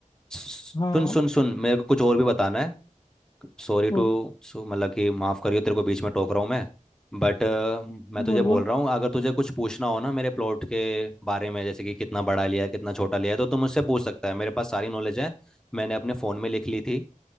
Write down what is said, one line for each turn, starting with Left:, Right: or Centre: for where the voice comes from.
Centre: सुन
Left: हाँ
Centre: सुन सुन मेरे को कुछ और भी बताना है Sorry
Left: बोल
Centre: to सो मतलब कि माफ़ करियो तेरे को बीच में टोक रहा हूँ मैं बट मैं तुझे
Left: बोल
Centre: बोल
Left: बोल
Centre: रहा हूँ अगर तुझे कुछ पूछना हो ना मेरे प्लॉट के बारे में जैसे कि कितना बड़ा लिया है कितना छोटा लिया है तो तू मुझसे पूछ सकता है मेरे पास सारी नॉलेज है मैंने अपने फ़ोन में लिख ली थी